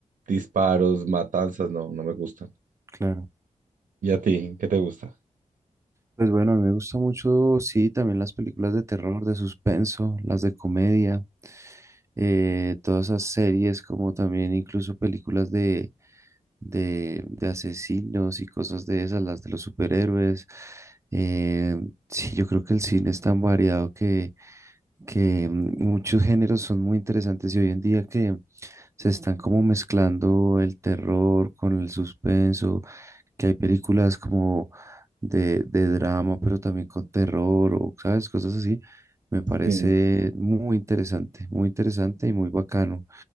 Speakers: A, on the right; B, on the right.
A: disparos, matanzas, no, no me gustan.
B: claro
A: ¿Y a ti? ¿Qué te gusta?
B: Pues bueno, a mí me gusta mucho, sí, también las películas de terror, de suspenso, las de comedia, eh, todas esas series, como también incluso películas de, de, de asesinos y cosas de esas, las de los superhéroes. Eh, sí, yo creo que el cine es tan variado que, que mm, muchos géneros son muy interesantes y hoy en día que se están como mezclando el terror con el suspenso, que hay películas como de, de drama, pero también con terror o, ¿sabes? Cosas así. Me parece
A: Sí,
B: muy interesante, muy interesante y muy bacano,